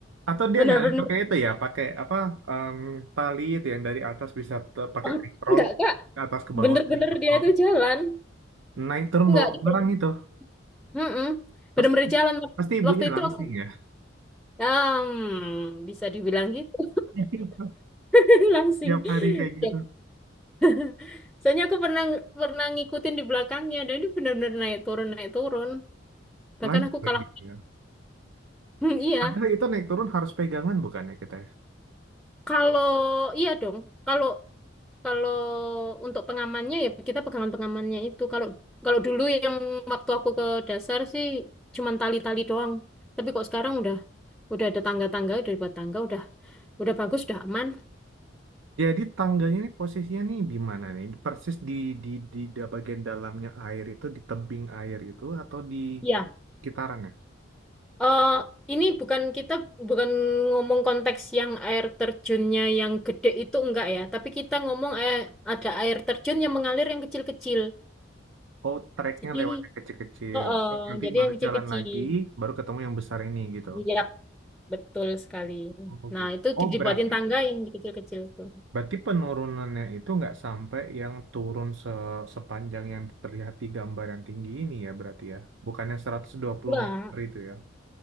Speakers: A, on the right; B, in the centre.
A: Atau dia
B: Bener-bener.
A: nggak ada pakai itu ya, pakai apa em, tali itu yang dari atas bisa te- pakai
B: Oh,
A: katrol
B: enggak kak,
A: ke atas ke bawah
B: bener-bener
A: dari katrol.
B: dia itu jalan.
A: Naik turun
B: Enggak,
A: bawa
B: dia
A: barang itu.
B: Mm-mm. bener-bener
A: Pasti
B: jalan.
A: pasti ibunya
B: Waktu itu
A: langsing
B: aku,
A: ya.
B: Hmm, bisa dibilang gitu,
A: <laughs>
B: <laughs> langsing.
A: Tiap hari kayak gitu.
B: Ya <laughs> Soalnya aku pernah pernah ngikutin di belakangnya dan dia benar-benar naik turun naik turun. Bahkan
A: Lanjut
B: aku kalah.
A: ya.
B: Hmm, <laughs> iya.
A: Padahal itu naik turun harus pegangan bukan ya kita ya?
B: Kalau iya dong. Kalau kalau untuk pengamannya ya kita pegangan pengamannya itu. Kalau kalau dulu yang waktu aku ke dasar sih cuman tali-tali doang. Tapi kok sekarang udah udah ada tangga-tangga, udah dibuat tangga, udah udah bagus, udah aman.
A: Jadi tangganya ini posisinya nih di mana nih? Persis di di di, da- bagian dalamnya air itu di tebing air itu atau di
B: iya
A: sekitaran ya?
B: eh ini bukan kita bukan ngomong konteks yang air terjunnya yang gede itu enggak ya, tapi kita ngomong eh, ada air terjun yang mengalir yang kecil-kecil.
A: Oh, treknya
B: Jadi,
A: lewat yang kecil-kecil.
B: oh, oh,
A: Terus nanti
B: jadi
A: baru
B: yang kecil-kecil.
A: jalan lagi, baru ketemu yang besar ini gitu.
B: Iya, betul sekali.
A: Oh,
B: Nah,
A: gitu.
B: itu
A: Oh,
B: ki- dibuatin
A: berarti
B: tangga yang kecil-kecil itu.
A: berarti penurunannya itu nggak sampai yang turun se- sepanjang yang terlihat di gambar yang tinggi ini ya berarti ya. Bukannya 120
B: Enggak,
A: meter itu ya.